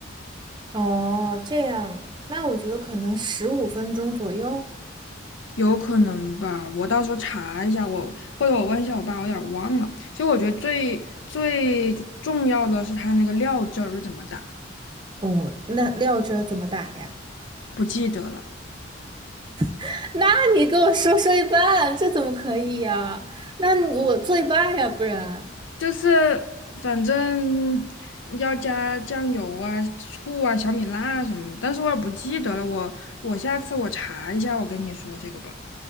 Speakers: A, on the right; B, on the left.
A: 哦，这样，那我觉得可能十五分钟左右。
B: 有可能吧，我到时候查一下，我或者我问一下我爸，我有点儿忘了。其实我觉得最最重要的是他那个料汁儿怎么打，
A: 哦，那料汁儿怎么打呀？
B: 不记得了。
A: <laughs> 那你跟我说说一半，这怎么可以呀？那你给我做一半呀，不然。
B: 就是反正要加酱油啊、醋啊、小米辣什么的但是我也不记得了。我我下次我查一下，我跟你说这个吧。